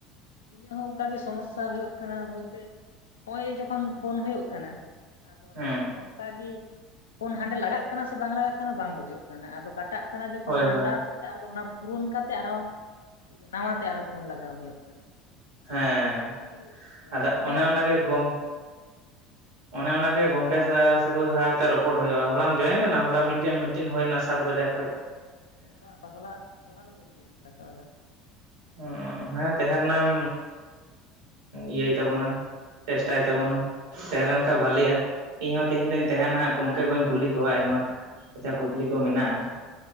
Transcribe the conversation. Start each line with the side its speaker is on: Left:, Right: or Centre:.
Left: ᱤᱧᱟᱹᱜ ᱦᱚᱸ ᱚᱱᱠᱟᱜ ᱜᱮ ᱥᱚᱢᱚᱥᱟ ᱦᱩᱭᱩᱜ ᱠᱟᱱᱟ ᱵᱚᱞᱛᱮ ᱱᱚᱜ-ᱚᱭ ᱡᱚᱠᱷᱚᱱ ᱯᱷᱳᱱ ᱦᱩᱭᱩᱜ ᱠᱟᱱᱟ᱾ ᱟᱫᱚ
Right: ᱦᱮᱸ
Left: ᱚᱱᱠᱟᱜ ᱜᱮ ᱯᱷᱳᱱ ᱦᱟᱸᱰᱮ ᱞᱟᱜᱟᱜ ᱠᱟᱱᱟ ᱥᱮ ᱵᱟᱝ ᱞᱟᱜᱟᱜ ᱠᱟᱱᱟ ᱵᱟᱝ ᱵᱩᱡᱷᱟᱹᱜ ᱠᱟᱱᱟ ᱟᱫᱚ ᱠᱟᱴᱟᱜ ᱠᱟᱱᱟ ᱡᱚᱠᱷᱚᱱ
Right: ᱦᱳᱭ
Left: ᱚᱱᱟ
Right: ᱦᱳᱭ
Left: ᱴᱟᱠᱥ, ᱟᱫᱚ ᱚᱱᱟ ᱯᱩᱨᱩᱱ ᱠᱟᱛᱮᱜ ᱟᱨ ᱦᱚᱸ ᱱᱟᱣᱟ ᱛᱮ ᱟᱨ ᱦᱚᱸ ᱯᱷᱳᱱ ᱞᱟᱜᱟᱣ ᱦᱩᱭᱩᱜ ᱠᱟᱱᱟ᱾
Right: ᱦᱮᱸ
Left: ᱚᱱᱟᱜᱮ ᱞᱟᱦᱟᱛᱮ
Right: ᱟᱫᱚ ᱚᱱᱮ ᱚᱱᱟ ᱜᱮ ᱜᱚᱝ ᱚᱱᱮ
Left: ᱦᱮᱸ
Right: ᱚᱱᱟ
Left: ᱞᱟᱹᱭ
Right: ᱜᱮ ᱜᱚᱝᱠ ᱠᱮ ᱥᱟᱣᱛᱮ ᱥᱟᱹᱜᱩᱣᱟᱹ ᱥᱟᱶᱛᱮ ᱨᱚᱯᱚᱲ ᱦᱩᱭᱩᱜ-ᱟ ᱦᱚᱞᱟᱢ ᱡᱚᱭᱮᱱ ᱞᱮᱱᱟ ᱦᱚᱞᱟ ᱢᱤᱴᱮ ᱢᱤᱴᱤᱱ ᱦᱩᱭᱱᱟ ᱥᱟᱛ ᱵᱟᱡᱟ ᱠᱷᱚᱩᱡ?
Left: ᱵᱟᱝ ᱵᱟ ᱦᱚᱞᱟ ᱦᱚᱞᱟ ᱫᱚ ᱵᱟᱹᱧ ᱡᱚᱭᱮᱱ ᱞᱮᱫᱟ ᱛᱟᱦᱚᱞᱮ᱾
Right: ᱚᱸ ᱦᱮᱸ ᱛᱟᱦᱮᱸᱱᱟᱢ᱾ ᱤᱭᱟᱹᱭ ᱛᱟᱵᱚᱱᱟ ᱪᱮᱥᱴᱟᱭ ᱛᱟᱵᱚᱱᱟ ᱛᱟᱦᱮᱸᱞᱮᱱ ᱠᱷᱟᱱ
Left: ᱦᱩᱸ
Right: ᱵᱷᱟᱞᱮᱜ-ᱟ᱾ ᱤᱧ ᱦᱚᱸ ᱛᱮᱦᱤᱧ ᱫᱚᱧ ᱛᱟᱦᱮᱱᱟ ᱦᱟᱸᱜ ᱜᱩᱝᱠᱟᱹ ᱠᱚᱧ ᱠᱩᱞᱤ ᱠᱚᱣᱟ ᱟᱭᱢᱟ ᱟᱪᱷᱟ ᱠᱩᱠᱞᱤ ᱠᱚ ᱢᱮᱱᱟᱜ-ᱟ᱾